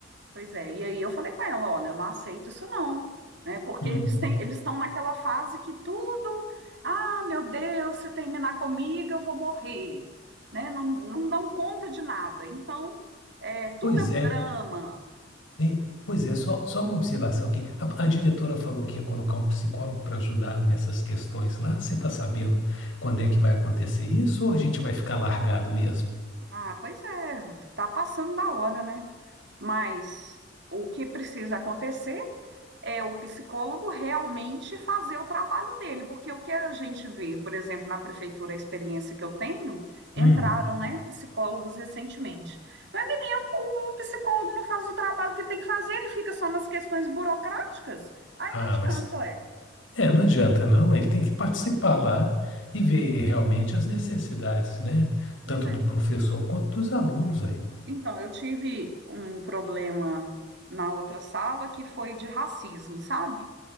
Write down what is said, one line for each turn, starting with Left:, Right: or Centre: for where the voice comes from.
Right: Pois é, e aí eu falei com ela, olha, eu não aceito isso não, né? Porque
Left: Uhum.
Right: eles têm, eles estão naquela fase que tudo, ah, meu Deus, se terminar comigo eu vou morrer, né? Não, não dão conta de nada. Então, é, tudo
Left: Pois
Right: é um
Left: é.
Right: drama.
Left: Hein? Pois é, só, só uma observação aqui. A, a diretora falou que ia colocar um psicólogo para ajudar nessas questões lá. Você está sabendo quando é que vai acontecer isso ou a gente vai ficar largado mesmo?
Right: Ah, pois é, tá passando da hora, né? Mas o que precisa acontecer é o psicólogo realmente fazer o trabalho dele, porque o que a gente vê, por exemplo, na prefeitura, a experiência que eu tenho, entraram,
Left: Hum.
Right: né, psicólogos recentemente. Mas, menino, o, o psicólogo não faz o trabalho que ele tem que fazer, ele fica só nas questões burocráticas, aí
Left: Ah,
Right: não
Left: mas
Right: adianta, é.
Left: é, não adianta não. Ele tem que participar lá e ver realmente as necessidades, né?
Right: Pois
Left: Tanto
Right: é.
Left: do professor quanto dos alunos aí.
Right: Então, eu tive um problema na outra sala que foi de racismo, sabe?